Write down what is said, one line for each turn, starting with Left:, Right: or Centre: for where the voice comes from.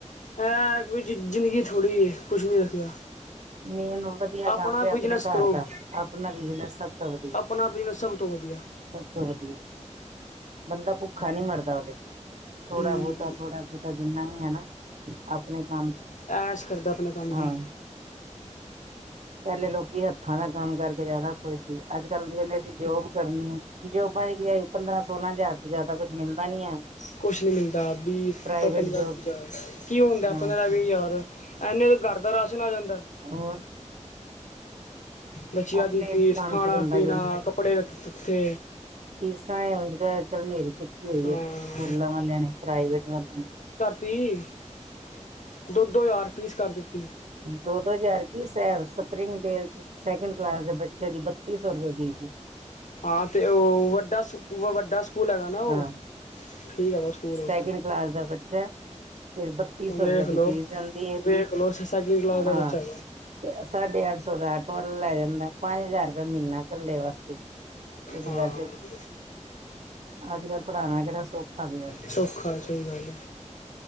Left: ਹੈ ਕੋਈ ਜ਼ਿੰਦਗੀ ਥੋੜੀ ਹੈ ਕੁਛ ਨੀ ਰੱਖਿਆ
Right: ਮੇਨੂੰ ਵਧੀਆ ਕੰਮ
Left: ਆਪਣਾ
Right: ਤੇ ਆਪਣੇ
Left: ਬਿਜਨਸ
Right: ਘਰ
Left: ਕਰੋ
Right: ਦਾ ਆਪਣਾ ਬਿਜਨਸ ਸਭ ਤੋਂ ਵਧੀਆ
Left: ਆਪਣਾ ਬਿਜਨਸ ਸਭ ਤੋਂ ਵਧੀਆ
Right: ਸਭ ਤੋਂ ਵਧੀਆ ਬੰਦਾ ਭੁੱਖਾ ਔਖਾ ਨੀ ਮਰਦਾ ਉਹਦੇ ਚ ਥੋੜਾ
Left: ਹੂੰ
Right: ਬਹੁਤਾ ਥੋੜਾ ਬਹੁਤਾ ਜਿੰਨਾ ਵੀ ਹੈ ਨਾ ਆਪਣੇ ਕੰਮ ਚ
Left: ਐਸ਼ ਕਰਦਾ ਆਪਣੇ ਕੰਮ
Right: ਹਾਂ
Left: ਦੀ
Right: ਪਹਿਲੇ ਲੋਕੀ ਹੱਥਾਂ ਦਾ ਕੰਮ ਕਰਕੇ ਜ਼ਿਆਦਾ ਖੁਸ਼ ਸੀ ਅੱਜ ਕੱਲ ਕਹਿੰਦੇ ਅਸੀਂ ਜੋਬ ਕਰਨੀ ਹੈ ਜੋਬਾਂ ਦੀ ਵੀ ਆ ਪੰਦਰਾਂ ਸੋਲਾਂ ਹਜ਼ਾਰ ਤੋਂ ਜ਼ਿਆਦਾ ਕੁੱਛ ਮਿਲਦਾ ਨੀ ਹੈ
Left: ਕੁਛ ਨੀ ਮਿਲਦਾ ਵੀਹ
Right: ਪ੍ਰਾਈਵੇਟ
Left: ਪੰਦਰਾਂ
Right: ਜੋਬ
Left: ਵੀਹ ਹਜ਼ਾਰ
Right: ਚ
Left: ਕੀ ਹੁੰਦਾ
Right: ਹਾਂ
Left: ਪੰਦਰਾਂ ਵੀਹ ਹਜ਼ਾਰ ਐਨੇ ਦੇ ਗਰ ਦਾ ਰਾਸ਼ਨ ਆ ਜਾਂਦਾ
Right: ਹੋਰ
Left: ਬੱਚਿਆਂ
Right: ਆਪਣੇ
Left: ਦੀ ਫੀਸ
Right: ਕੰਮ
Left: ਖਾਣਾ
Right: ਚ ਬੰਦਾ
Left: ਪੀਣਾ ਕੱਪੜੇ ਉਥੇ
Right: ਫੀਸਾ ਹਝ ਕ ਹਨੇਰੀ ਚੁੱਕੀ ਹੋਈ
Left: ਹਾਂ
Right: ਐ। ਸਕੂਲਾਂ ਵਾਲਿਆਂ ਨੇ ਪ੍ਰਾਈਵੇਟ ਵਾਲਿਆਂ ਨੇ
Left: ਤੀਹ ਦੋ ਦੋ ਹਜ਼ਾਰ ਫੀਸ ਕਰ ਦਿੱਤੀ
Right: ਦੋ ਦੋ ਹਜ਼ਾਰ ਕੀ ਸ ਸਪਰਿੰਗ ਡੇਲ ਸੈਕਿੰਡ ਕਲਾਸ ਦੇ ਬੱਚੇ ਦੀ ਬੱਤੀ ਸੌ ਰੁਪਏ ਫੀਸ ਸੀ
Left: ਹਾਂ ਤੇ ਉਹ ਵੱਡਾ ਵੱਡਾ ਸਕੂਲ ਹੈਗਾ ਨਾ ਉਹ
Right: ਹਾਂ
Left: ਠੀਕ ਹੈਗਾ ਸਕੂਲ
Right: ਸੈਕਿੰਡ
Left: ਉਹ
Right: ਕਲਾਸ ਦਾ ਬੱਚਾ ਤੇ ਬੱਤੀ ਸੌ
Left: ਵੇਖ
Right: ਰੁਪਏ
Left: ਲਓ
Right: ਦੀ ਫੀਸ ਜਾਂਦੀ ਹੈ
Left: ਵੇਖ ਲਓ ਸੈਕਿੰਡ ਕਲਾਸ ਦਾ
Right: ਹਾਂ
Left: ਬੱਚਾ
Right: ਤੇ ਸਾਢੇ ਅੱਠ ਸੌ ਦਾ ਟੋਟਲ ਲੈ ਜਾਂਦਾ ਪੰਜ ਹਜ਼ਾਰ ਰੁਪਆ ਮਹੀਨਾ ਘੇ ਵਾਸਤੇ ਕੁ
Left: ਹਾਂ
Right: ਵੈਸੇ ਅੱਜ ਕੱਲ ਪੜ੍ਹਾਉਣਾ ਕਿਹੜਾ ਸੌਖਾ ਪਿਆ
Left: ਸੌਖਾ ਸਈ ਗੱਲ